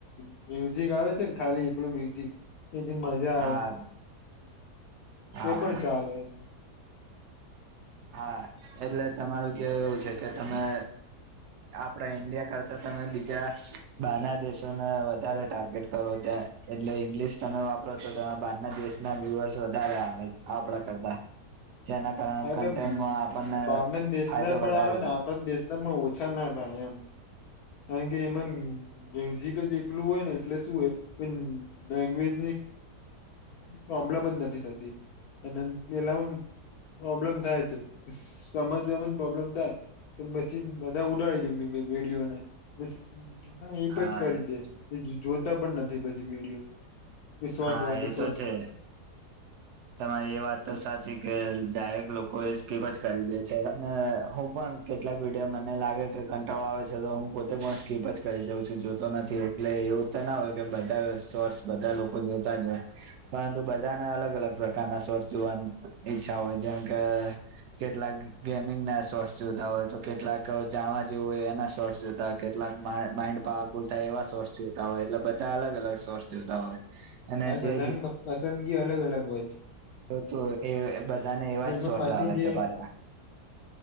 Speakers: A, on the left; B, on the right.
A: મ્યુઝિક આવે છે ને ખાલી એકલું મ્યુઝિક એજ મજા આવે
B: હા હા
A: એ પણ
B: હા
A: ચાલે એમ
B: હા એટલે તમારું કે એવું છે કે તમે આપડા ઈન્ડિયા કરતા તમે બીજા બાના દેશોને વધારે ટાર્ગેટ કરો ત એટલે ઈંગ્લિશ તમે વાપરો તોરા બારના દેશના વ્યુઅર્સ વધારે આપડા કરતા જેના કારણે
A: એટલે
B: કન્ટેન્ટમાં આપણને
A: બારના દેશ
B: ફાયદો
A: ના પણ
B: વધારે
A: આવે ને
B: થાય
A: આપણા દેશ તમને ઓછા ના થાય એમ કારણ કે એમાં મ્યુઝિક જ એટલું હોય ને એટલે શું હોય પણ લેંગ્વેજ પ્રોબ્લેમ જ નથી થતી અને પેલા પ્રોબ્લેમ થાય છે સમજજ પ્રોબ્લેમ થાય તો પછી બધા ઉડાડી દે વેડીઓને પ હ એ પણ
B: હા
A: જ કરી
B: એ તો
A: દે
B: છે
A: જોતા પણ નથી પછી વિડીિયો રિસોર્ટ
B: હા
A: બહ રિસોર્ટ
B: એ તો છે તમારી એ વાત તો સાચી કે ડાયરેક્ટ લોકો એ સ્કીપ જ કરી દે છે અને હું પણ કેટલાક વિીડિયા મને લાગે કે કંટાળો આવે છે તો હું પોતે પણ સ્કીપ જ કરી દઉં છું જોતો નથી એટલે એવું તો ના હોય કે બધા સોર્સ બધા લોકો જોતા જ હોય પરંતુ બધા ના અલગ અલગ પ્રકારના સ્વર્ જોવાની ઈચ્છા હોય જેમ કે કેટલાક ગેમિંગ ના સોર્ટ્સ જોતા હોય તો કેટલાક જાણવા જેવું હોય એના સોર્ટ્સ જોતા હોય કેટલા માઇન્ડ પાવરફુલ થાય એવા સોર્સ જોતા હોય એટલે બધા અલગ અલગ સોર્સ જોતા હોય અને
A: હ બધાની
B: જે
A: પસંદગી અલગ અલગ હોય છે
B: તો તો એ બધાને એવા જ
A: એમાં
B: સોર્સ
A: પાછી
B: આવે
A: જે
B: છે પાછા